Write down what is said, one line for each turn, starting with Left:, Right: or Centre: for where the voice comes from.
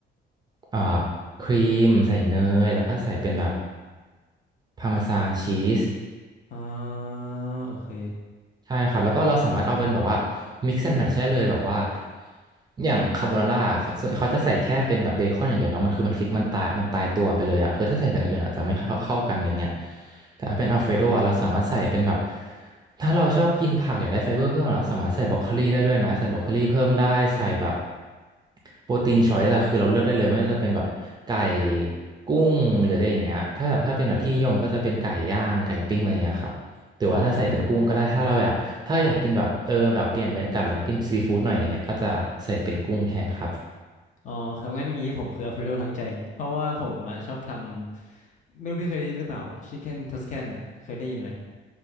Right: เอ่อครีมใส่เนยแล้วก็ใส่เป็นแบบพาร์เมซานชีส
Left: อ่าโอเค
Right: ใช่ครับแล้วก็เราสามารถเอาเป็นแบบว่า mix and match ได้เลยแบบว่าอย่างคาโบนาร่าเขาส่วนเขาจะใส่แค่เป็นแบบเบคอนอย่างเดียวเนาะมันคือมันฟิกมันตายมันตายตัวไปเลยอะคือถ้าใส่กันอย่างอื่นอาจจะไม่เข้าเข้ากันอะไรเงี้ยแต่ถ้าเป็นอัลเฟรโดอะเราสามารถใส่เป็นแบบถ้าเราชอบกินผักอยากได้ไฟเบอร์เพิ่มเราสามารถใส่บรอกโคลีได้ด้วยนะใส่บรอกโคลีเพิ่มได้ใส่แบบ โปรตีนชอยส์อะคือเราเลือกได้เลยไม่ว่าจะเป็นแบบไก่กุ้งหรืออะไรอย่างเงี้ยถ้าแบบถ้าเป็นแบบที่นิยมก็จะเป็นไก่ย่างไก่ปิ้งอะไรอย่างเงี้ยครับหรือว่าถ้าใส่เป็นกุ้งก็ได้ถ้าเราอยากถ้าอยากกินแบบเออแบบเปลี่ยนบรรยากาศหรือว่ากินซีฟู้ดหน่อยอะไรเงี้ยก็จะใส่เป็นกุ้งแทนครับ
Left: อ๋อโอเคอ๋อครับงั้นอย่างนี้ผมคืออัลเฟรโดทั้งใจเพราะว่าผมอะชอบทำไม่รู้พี่เคยได้ยินหรือเปล่าชิคเก้นทอสแคนอะเคยได้ยินไหม